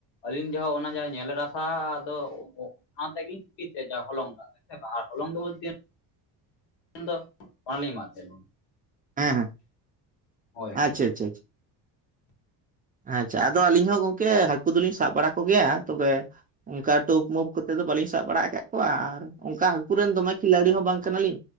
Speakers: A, on the left (about 75°); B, on the right (about 20°).
A: ᱟᱹᱞᱤᱧ ᱡᱚᱦᱚᱜ ᱚᱱᱟ ᱡᱟᱦᱟᱸ ᱧᱮᱞ ᱨᱟᱥᱟ ᱟᱫᱚ ᱦ ᱛᱮᱜᱮ ᱪᱩᱯᱤ ᱛᱮ ᱡᱟ ᱦᱚᱞᱚᱝᱠᱟ ᱟᱨ ᱦᱞᱚᱝ ᱵᱚᱞᱛᱮ ᱫᱚ ᱵᱟᱝᱞᱮ ᱮᱟᱜ ᱛᱟᱦᱮ᱾
B: ᱦᱮᱸ ᱦᱮᱸ,
A: ᱦᱳᱭ ᱦᱳᱭ
B: ᱟᱪᱪᱷᱟ ᱟᱪᱪᱷᱟ ᱟᱪᱪᱷᱟ᱾
A: <inaudible>
B: ᱟᱪᱪᱷᱟ ᱟᱫᱚ ᱟᱹᱞᱤᱧ ᱦᱚᱸ ᱜᱚᱝᱠᱮ ᱦᱟᱹᱠᱩ ᱫᱚᱞᱤᱧ ᱥᱟᱵ ᱵᱟᱲᱟ ᱠᱚᱜᱮᱭᱟ ᱛᱚᱵᱮ ᱚᱱᱠᱟ ᱴᱩᱯ ᱢᱩᱯ ᱠᱚ ᱠᱟᱛᱮᱫ ᱫᱚ ᱵᱟᱟᱹᱞᱤᱧ ᱥᱟᱵ ᱵᱟᱲᱟ ᱟᱠᱟᱫ ᱠᱚᱣᱟ ᱟᱨ ᱚᱱᱠᱟ ᱦᱟᱹᱠᱩᱮᱱ ᱫᱚᱢᱮ ᱠᱷᱤᱞᱟᱲᱤ ᱦᱚᱸ ᱵᱟᱝ ᱠᱟᱱᱟᱞᱤᱧ᱾